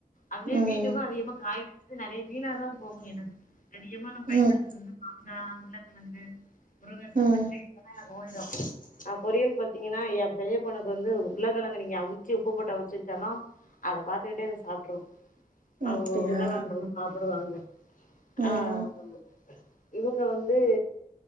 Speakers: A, on the left; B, on the right.
A: அதுலயே
B: ம்
A: வீட்டுக்கு அதிகமா காய் வெடுத்து நறைய வீணாதா போகு எனக்கு அதிகமா நா பயன்படுத்துறது
B: ம் ம்
A: வந்து மாங்கா உருளக்கெழங்கு முருகக்கா
B: ம்
A: கத்திரி <inaudible> அ பொரியல் பாத்தீங்கனா எ பெரிய பொண்ணுக்கு வந்து உருளகெழங்கு நீங்க அவிச்சு உப்பு போட்டு அவிச்சு வெச்சானா அத பாத்துக்கிட்டே இது சாப்ட்றோ அவங்க
B: அப்டியா
A: உருளகெழங்கு சாப்புடுவாங்க ஆ
B: ம்
A: அமாங்க இவங்க வந்து